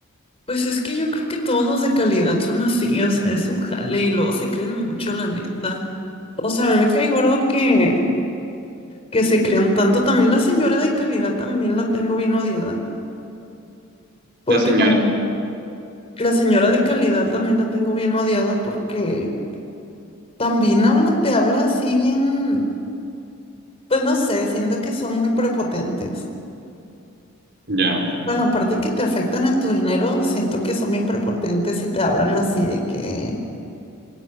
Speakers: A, on the left; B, on the right.
A: Pues es que yo creo que todos los de calidad son así, o sea, es su jale y luego se creen mucho, la neta. O sea, a mí me cae gordo que, que se crean tanto. También la señora de calidad también la tengo bien odiada, porque
B: La señora,
A: la, mu- la señora de calidad también la tengo bien odiada porque también habla, te habla así bien, pues no sé, siento que son muy prepotentes.
B: ya.
A: Bueno, aparte que te afectan en tu dinero, siento que son bien prepotentes y te hablan así de que,